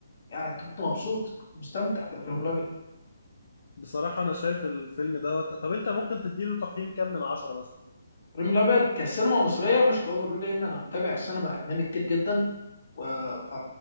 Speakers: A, on the left; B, on the left.
A: يعني انت كنت مبسوط كنت مستمتع بابراهيم الابيض
B: بصراحة انا شايف الفيلم دوت طب انت ممكن تديله تقييم كام من عشرة مثلا؟
A: ريم الابيض كسينما مصريه مش كاوفر لان انا متابع السينما الاجنبي كتير جدا و ف